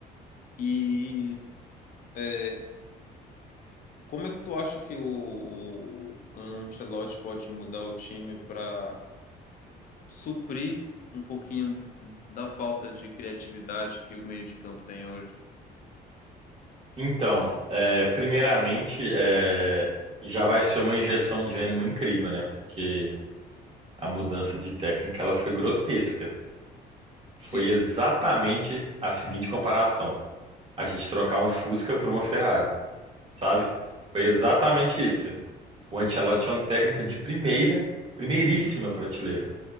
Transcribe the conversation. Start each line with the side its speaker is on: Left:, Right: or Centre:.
Left: E é, como é que tu acha que o, o Ancelotti pode mudar o time para suprir um pouquinho da falta de criatividade que o meio de campo tem hoje?
Right: Então, é, primeiramente, é, já vai ser uma injeção de ânimo incrível, né? Porque a mudança de técnica ela foi grotesca. Foi
Left: Sim.
Right: exatamente a seguinte comparação: a gente trocar um Fusca por uma Ferrari, sabe? Foi exatamente isso. O Ancelotti é um técnico de primeira, primeiríssima prateleira.